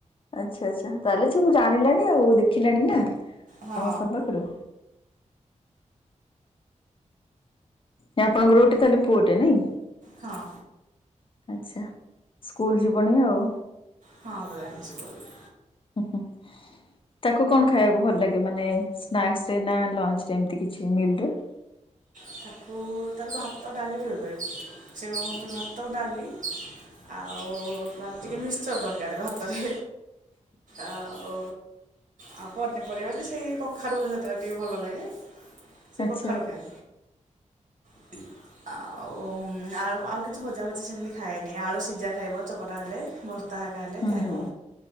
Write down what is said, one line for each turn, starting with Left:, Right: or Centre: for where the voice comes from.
Left: ଆଚ୍ଛା, ଆଚ୍ଛା, ତାହେଲେ ସବୁ ଜାଣିଲାଣି ଆଉ ଦେଖିଲାଣି ନା
Right: ହଁ
Left: ସମସ୍ତଙ୍କ ପାଖରୁ। ନା ଆପଣଙ୍କର ଗୋଟେ ତାହେଲେ ପୁଅଟେ ନାଇଁ?
Right: ହଁ।
Left: ଆଚ୍ଛା, ସ୍କୁଲ୍ ଯିବଣି ଆଉ।
Right: ହଁ ଗଲାଣି ସ୍କୁଲୁ।
Left: ହୁଁ ହୁଁ ତାକୁ କଣ ଖାଇବାକୁ ଭଲ୍ ଲାଗେ ମାନେ ସ୍ନାକ୍ସ ତେ ନା ଲଞ୍ଚ୍ ଯେମିତି କିଛି ମିଲ୍ ରେ?
Right: ତାକୁ ତାର ଭାତ ଡାଲି ଫେବରେଟ୍ ସେଇ ଭାତ ଡାଲି ଆଉ ତାର ଟିକେ ମିସ୍ସର ଦରକାର ଭାତରେ। ଆଉ ଆଉ ପନିପରିବା ବଲେ ସେଇ କଖାରୁ ଭଜା ତାର ଟିକେ ଭଲ ଲାଗେ ସେ
Left: ଆଚ୍ଛା
Right: କଖାରୁ ଖାଏ। <unintelligible> ଆଉ ଉଁ ଆଳୁ ଆଉ କିଛି ଭଜା ଭଜି ସେମିତି ଖାଏନି ଆଳୁ ସିଝା ଖାଇବ ଚକଟା ହେଲେ ଭର୍ ତା ହାକା ହେଲେ
Left: ହୁଁ
Right: ଖାଇବ
Left: ହୁଁ।